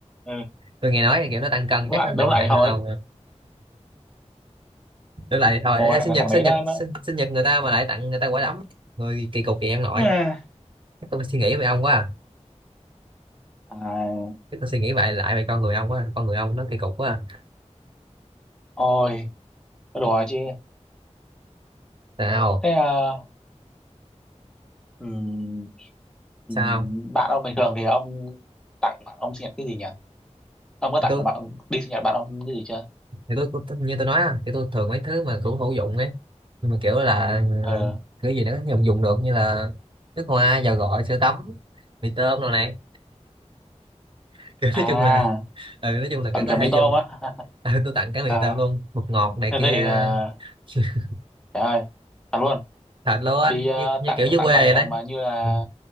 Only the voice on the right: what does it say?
tôi nghe nói kiểu nó tăng cân
chắc
nó nặng
nặng
hơn ông tôi lại thôi
ê,
sinh nhật
sinh
nhật
sinh, sinh nhật người ta mà lại tặng người ta quả đấm người kỳ cục vậy ông nội
chắc tôi phải suy nghĩ về ông quá à.
chắc tôi suy nghĩ lại lại về con người ông quá à. con người ông nó kỳ cục quá à.
sao
sao không
Thì
tôi
thì tôi, tôi tôi- như tôi nói á, thì tôi thường mấy thứ mà cũng hữu dụng ấy nhưng mà kiểu là ừ,
cái gì nữa dùng dùng được như là nước hoa dầu gội sữa tắm mì tôm rồi này <laughs> kiểu
nói chung là ừ, nói chung là
cái có
thể
dùng
<laughs>
ừ, tôi tặng cả mì
tôm luôn bột ngọt này
kia
<laughs>
thật luôn anh
như, như
kiểu dưới
quê
vậy
đấy
Ừ.